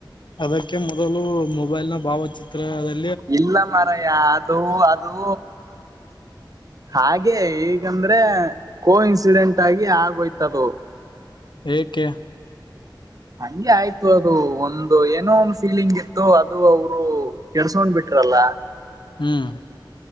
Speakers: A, on the left (about 70°); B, on the right (about 45°).
A: ಅದಕ್ಕೆ ಮೊದಲು ಮೊಬೈಲ್ ನ ಭಾವಚಿತ್ರ ಅದಕ್ಕೆ.
B: ಇಲ್ಲ ಮಾರಾಯ ಅದು ಅದು. ಹಾಗೆ ಈಗಂದ್ರೆ ಕೋ ಇನ್ಸಿಡೆಂಟ್ ಆಗಿ ಆಗೋಯ್ತದು.
A: ಏಕೆ.
B: ಹಂಗೆ ಆಯ್ತು ಅದು ಒಂದು ಏನೋ ಒಂದು ಫೀಲಿಂಗ್ ಇತ್ತು ಅದು ಅವರು ಕೆರ್ಸ್ಕೊಂಡ್ ಬಿಟ್ಟ. ಅಲ್ಲ.
A: ಹ್ಮ್.